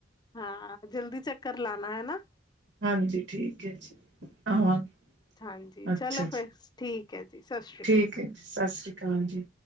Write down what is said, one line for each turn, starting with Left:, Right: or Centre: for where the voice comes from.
Left: ਹਾਂ, ਜਲਦੀ ਚੱਕਰ ਲਾਨਾ ਹੈਨਾ।
Right: ਹਾਂਜੀ। ਠੀਕ ਹੈ ਜੀ, ਆਵਾਂਗੇ।
Left: ਹਾਂਜੀ।
Right: ਅੱਛਾ
Left: ਚਲੋ
Right: ਜੀ
Left: ਫਿਰ ਠੀਕ ਹੈ ਜੀ। ਸਤਿ ਸ਼੍ਰੀ
Right: ਠੀਕ ਹੈ ਜੀ, ਸਤਿ ਸ਼੍ਰੀ ਅਕਾਲ ਜੀ।